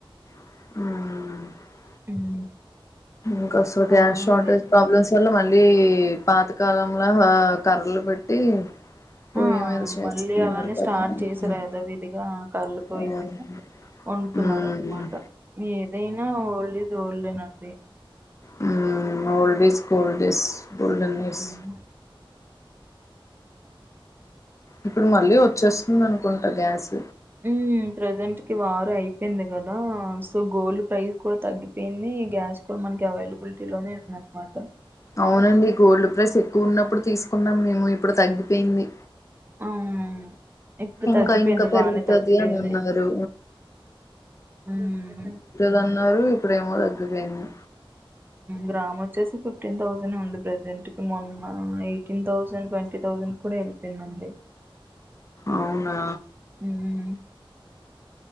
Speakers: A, on the left; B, on the right.
A: ఉఉ
B: హ్మ్.
A: ఇంకా అస్సలు గ్యాస్
B: అలానే
A: షార్టేజ్
B: ఉంది
A: ప్రాబ్లమ్స్ వల్ల మళ్ళీ పాతకాలంలా కర్రలు పెట్టి పొయ్యి
B: ఆ
A: మీద చేస్తున్నారు
B: మళ్ళీ అలానే స్టార్ట్
A: కదా
B: చేసారు
A: హ్మ్.
B: ఏదా విధిగా కర్ల పోయి
A: అవునండి
B: మీద వండుతున్నారు
A: హ్మ్.
B: అనమాట, ఏదయినా old is old hay <unintelligible>
A: hum old is gold as golden
B: మ్మ్
A: days ఇప్పుడు మళ్ళీ వచ్చేస్తుంది అ కుంట గ్యాస్
B: హు ప్రజెంట్ కి వార్ అయిపోయింది కదా, సో గోల్డ్ ప్రైస్ కూడా తగ్గిపోయింది గ్యాస్ కూడా మనకి అవైలబిలిటీ లోనే ఉందన్న మాట ఉందన్నమాట
A: అవునండి గోల్డ్ ప్రైస్ ఎక్కువ ఉన్నప్పుడు తీసుకున్నాం మేము, ఇప్పుడు తగ్గిపోయింది
B: అవునవును ఇప్పుడు
A: ఇంక
B: తగ్గిపోయింది
A: ఇంకా పెరుగుతాది
B: బానే తగ్గిపోయింది
A: అని అన్నారు
B: మ్మ్
A: ఆ ఇప్పుడేమో తగ్గిపోయింది
B: గ్రామ్ వచ్చేసి ఫిఫ్టీన్ థౌసండ్ ఉంది ప్రజెంట్, మొన్న ఎయిటీన్ థౌజండ్, ట్వంటీ థౌజండ్కి కూడా వెళ్ళిపోయింది అండి
A: అవునా
B: <unintelligible>